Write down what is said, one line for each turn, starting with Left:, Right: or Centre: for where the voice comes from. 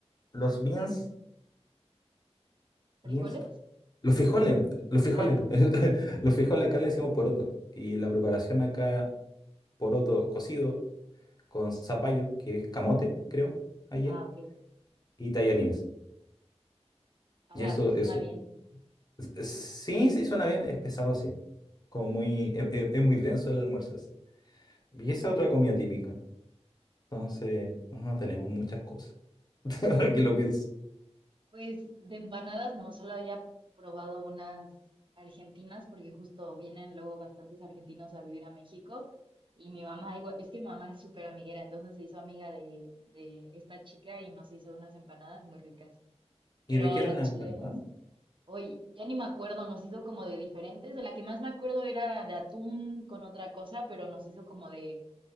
Left: Los beans,
Right: ¿Frijoles?
Left: beans, los
Right: ¿Frijoles?
Left: frijoles, los frijoles.
Right: Ah,
Left: <laughs> Los frijoles acá le decimos poroto. Y la preparación acá, poroto cocido con zapallo, que es camote, creo, allá,
Right: <laughs> ah, ok.
Left: y tallarines.
Right: Ala,
Left: Y eso,
Right: pues suena
Left: eso,
Right: bien.
Left: s- sí, sí, suena bien, es pesado, sí. Como muy, e- e- es, muy denso el almuerzo, sí. Y esa es otra comida típica. Entonces, no, no tenemos muchas cosas, <laughs>
Right: Sí,
Left: ahora
Right: no.
Left: que lo pienso.
Right: Pues de empanadas no, solo había probado unas argentinas porque justo vienen luego bastantes argentinos a vivir a México y mi mamá igual, es que mi mamá es súper amiguera, entonces se hizo amiga de, de esta chica y nos hizo unas empanadas muy ricas. Pero
Left: ¿Y de qué eran
Right: las
Left: las
Right: chilenas,
Left: empanadas?
Right: hoy ya ni me acuerdo, nos hizo como de diferentes, de la que más me acuerdo era de atún con otra cosa, pero nos hizo como de